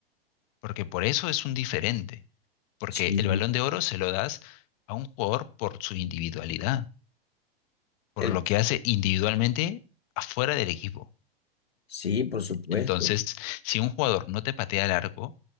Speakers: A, on the left; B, on the left.
A: porque por eso es un diferente. porque
B: sí,
A: el Balón de Oro se lo das a un jugador por su individualidad, por
B: el-
A: lo que hace individualmente afuera del equipo.
B: sí, por supuesto,
A: Entonces, si un jugador no te patea largo